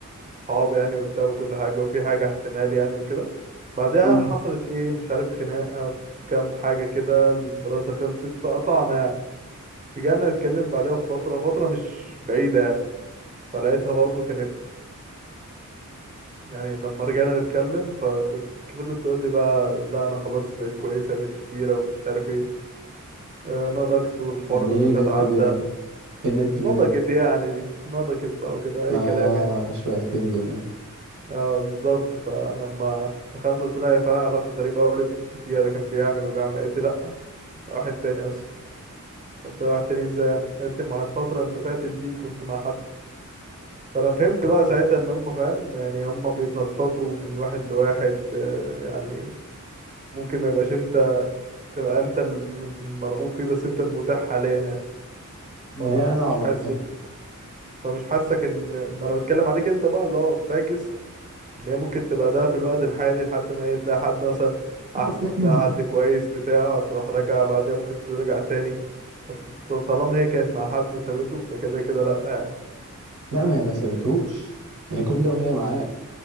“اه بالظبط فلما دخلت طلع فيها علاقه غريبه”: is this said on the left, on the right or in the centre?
Right